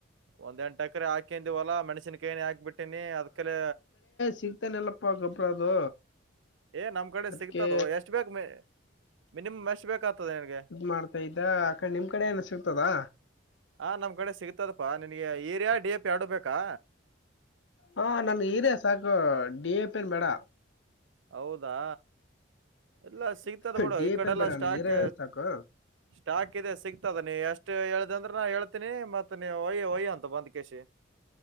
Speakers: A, on the right (about 70°); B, on the left (about 65°).
A: ಒಂದ ಎಂಟಕರೆ ಹಾಕೊಂಡಂದಿವಲ್ಲ ಮಣಸಿನಕೈಯನೆ ಹಾಕ್ಬಟ್ಟು ಅದಕ್ಕೆಲ್ಲ
B: ಸಿಗ್ತಾನಲ್ಲಪ್ಪ ಗೊಬ್ರ ಅದು
A: ಏ ನಮ್ ಕಡೆ
B: ಅದಕ್ಕೆ
A: ಸಿಗ್ತದೋ ಎಷ್ಟ್ ಬೇಕ್ ಮಿನಿಮಮ್ ಎಷ್ಟ್ ಬೇಕಾಗ್ತದೆ ನಿನ್ಗೆ
B: ಇದದು್ ಮಾಡ್ತಾ ಇದ್ದ ಆ ಕಡೆ ನಿಮ್ ಕಡೆ ಏನ ಸಿಗು ತದ್ದಾ
A: ಹ ನಮ್ ಕಡೆ ಸಿಗ್ತದಪ್ಪಾ ನಿನ್ಗೆ ಈಏರಿಯಾ ಡಿ ಎ ಪಿ ಎರಡು ಬೇಕಾ
B: ಹಾ ನನ್ಗೆ ಹೀರ ಸಾಕು ಡಿ ಎ ಪಿನ್ ಬೇಡ
A: ಹೌದಾ ಇಲ್ಲ ಸಿಗ್ತದ ಬಿುಡು
B: ಡಿ
A: ಈ
B: ಎ
A: ಕಡೆಲ್ಲಾ
B: ಪಿ ಏನ್ ಬೇಡ
A: ಸ್ಟಾಕ್
B: ನನ್ ಹೀರೆ ಸಾಕು
A: ಸ್ಟಾಕ್ ಇದೆ ಸಿಗ್ತದ ನೀ ಎಷ್ಟ ಹೇಳ್ದಂದ್ರೆ ನಾ ಹೇಳ್ತೀನಿ ಮತ್ ಮ ಒಯ ವಯ್ಯಂತ ಬಂದ್ ಕೆಸ